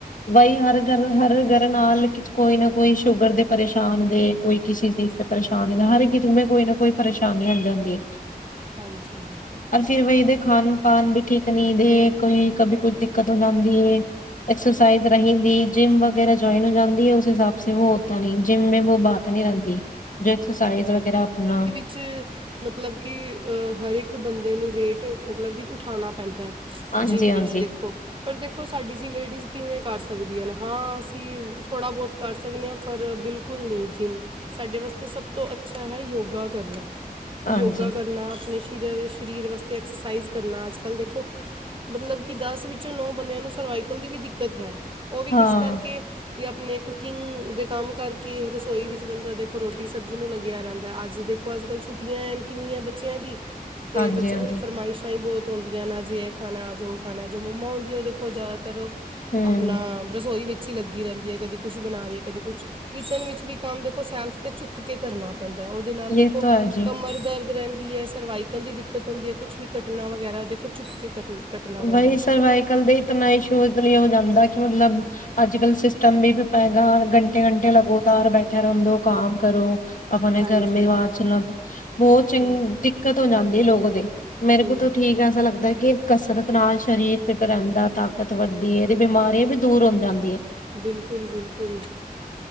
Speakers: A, on the left; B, on the right.
A: ਬਾਈ ਹਰ ਘਰ ਹਰ ਘਰ ਨਾਲ ਕੋਈ ਨਾ ਕੋਈ ਸ਼ੂਗਰ ਦੇ ਪਰੇਸ਼ਾਨ ਦੇ ਕੋਈ ਕਿਸੇ ਚੀਜ਼ ਤੇ ਪਰੇਸ਼ਾਨੀ ਨਾ ਹਰ ਕਿਸੇ ਕੋਈ ਨਾ ਕੋਈ ਪਰੇਸ਼ਾਨੀ ਆ ਜਾਂਦੀ ਏ।
B: ਹਾਂਜੀ।
A: ਅਸੀਂ ਵਿਹਦੇ ਖਾਣ-ਪਾਨ ਵੀ ਠੀਕ ਨਹੀਂ ਦੇ, ਕੋਈ ਕਦੀ ਕੋਈ ਦਿੱਕਤ ਹੋ ਜਾਂਦੀ ਏ। ਐਕਸਰਸਾਈਜ਼ ਰਹਿੰਦੀ, ਜਿੰਮ ਵਗੈਰਾ ਜੁਆਇਨ ਹੋ ਜਾਂਦੀ ਹੈ, ਉਸ ਹਿਸਾਬ ਉਹ ਹੋਤਾ ਨਹੀਂ ਜਿੰਮ ਮੇ ਵੋ ਬਾਤ ਨੀ ਰਹਿੰਦੀ ਜੋ ਐਕਸਰਸਾਈਜ਼ ਵਗੈਰਾ ਆਪਣਾ
B: ਚ ਮਤਲਬ ਕਿ ਹਰ ਇੱਕ ਬੰਦੇ ਨੂੰ ਵੇਟ ਮਤਲਬ ਕਿ ਉਠਾਣਾ ਪੈਂਦਾ ਏ।
A: ਹਾਂਜੀ
B: ਜਿੰਮ
A: ਹਾਂਜੀ
B: ਵਿੱਚ ਦੇਖੋ। ਪਰ ਦੇਖੋ ਸਾਡੀ ਜੀ ਲੇਡੀਜ਼ ਕਿਵੇਂ ਕਰ ਸਕਦੀਆਂ, ਹਾਂ ਅਸੀਂ ਥੋੜ੍ਹਾ ਬਹੁਤ ਕਰ ਸਕਦੇ ਹਾਂ ਪਰ ਬਿਲਕੁਲ ਨਹੀਂ ਜਿਮ ਸਾਡੇ ਵਾਸਤੇ ਸਭ ਤੋਂ ਅੱਛਾ ਹੈ, ਯੋਗਾ ਕਰਨਾ
A: ਹਾਂਜੀ
B: ਯੋਗਾ ਕਰਨਾ ਨਾ ਆਪਣੇ ਸਰੀਰ ਵਾਸਤੇ ਐਕਸਰਸਾਈਜ਼ ਕਰਨਾ ਅੱਜ-ਕੱਲ੍ਹ ਦੇਖੋ ਮਤਲਬ ਕਿ ਦਸ ਵਿੱਚੋਂ ਨੌ ਬੰਦਿਆਂ ਨੂੰ ਸਰਵਾਈਕਲ ਦੀ ਵੀ ਦਿੱਕਤ ਹੈ। ਉਹ ਵੀ
A: ਹਾਂ
B: ਕਿਸ ਕਰਕੇ, ਜਾਂ ਆਪਣੇ ਕੁਕਿੰਗ ਦੇ ਕੰਮ ਕਰਕੇ, ਰਸੋਈ ਵਿੱਚ ਬੰਦਾ ਦੇਖੋ ਰੋਟੀ ਸਬਜ਼ੀ ਨੂੰ ਲੱਗਿਆ ਰਹਿੰਦਾ ਅੱਜ ਦੇਖੋ ਅਜ-ਕੱਲ ਛੁੱਟੀਆਂ ਹੈਨ ਕਿੰਨੀਆਂ ਬੱਚਿਆਂ ਦੀ। ਤੇ
A: ਹਾਂਜੀ
B: ਬੱਚਿਆਂ
A: ਹਾਂਜੀ
B: ਦੀ ਫਰਮਾਇਸ਼ਾਂ ਈਂ ਬੋਤ ਹੁੰਦੀਆਂ ਨੇ ਅੱਜ ਏ ਖਾਣਾ, ਅੱਜ ਓ ਖਾਣਾ, ਜੋ ਮੰਮਾ ਹੁੰਦੀਆਂ ਓ ਦੇਖੋ, ਜ਼ਿਆਦਾਤਰ ਓ
A: ਹੂੰ
B: ਆਪਣਾ ਰਸੋਈ ਵਿੱਚ ਚ ਲੱਗੀ ਰੈਂਦੀ ਐ, ਕਦੀ ਕੁੱਛ ਬਣਾ ਰੀ ਐ, ਕਦੀ ਕੁੱਛ ਕਿਚਂਨ ਵਿੱਚ ਵੀ ਕੰਮ ਦੇਖੋ, ਸੈਲਫ ਤੇ ਚੁੱਕ ਕੇ ਕਰਨਾ। ਪੈਂਦਾ ਓਦੇ ਨਾਲ ਦੇਖੋ
A: ਇਹ ਤਾਂ ਹੈ ਜੀ
B: ਕਮ ਕਮਰ ਦਰਦ ਰੈਂਦੀ ਐ, ਸਰਵਾਈਕਲ ਦੀ ਦਿੱਕਤ ਹੁੰਦੀ ਐ। ਕੁਛ ਵੀ ਕਟਨਾ ਵਗੈਰਾ ਦੇਖੋ, ਚੁੱਕ ਕੇ ਕਰਨ ਕੱਟਣਾ ਪੈਂਦਾ
A: ਬਈ
B: ਹੈ।
A: ਸਰਵਾਈਕਲ ਦੇ ਇਤਨਾਂ ਈਸ਼ੋ ਲਈ ਹੋ ਜਾਂਦਾ ਕਿ ਮਤਲਬ ਅੱਜ-ਕਲ ਸਿਸਟਮ ਵੀ ਪੇਗਾ ਘੰਟੇ-ਘੰਟੇ ਲਗੋਤਾਰ ਬੈਠਿਆ ਰੇਂਦੋ ਕਾਮ ਕਰੋ। ਆਪਣੇੇ
B: ਹਾਂਜੀ
A: ਗਰਮੀੇ ਵਾਚ <unintelligible> ਬੋਤ ਚਿੰ
B: ਹਮ,
A: ਦਿੱਕਤ ਹੋ ਜਾਂਦੀ ਐ ਲੋਕੋਦੇ, ਮੇਰੇ
B: ਹਮ,
A: ਕੋਲ ਤਾਂ ਠੀਕ ਐਸਾ ਲੱਗਦਾ ਕਿ ਕਸਰਤ ਨਾਲ ਸਰੀਰ ਫਿੱਟ ਰੇਂਦਾ, ਤਾਕਤ ਵੱਧਦੀ ਏਦੀ ਬਿਮਾਰੀਆਂ ਵੀ ਦੂਰ ਹੋ ਜਾਂਦੀ ਐ।
B: ਬਿਲਕੁਲ-ਬਿਲਕੁਲ।